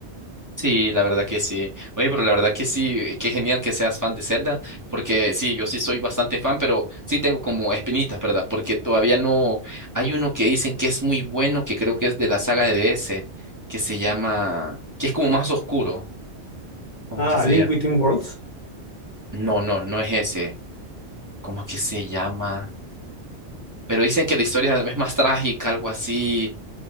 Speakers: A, on the right (about 15°); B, on the left (about 40°).
A: Sí, la verdad que sí. Oye, pero la verdad que sí, eh, qué genial que seas fan de Zelda, porque sí, yo sí soy bastante fan, pero sí tengo como espinitas, ¿verdad? Porque todavía no hay uno que dicen que es muy bueno, que creo que es de la saga de DS, que se llama, que es como más oscuro, como
B: Ah,
A: que se
B: Link
A: llama.
B: Between Worlds,
A: No, no, no es ese, como que se llama, pero dicen que la historia es más trágica, algo así.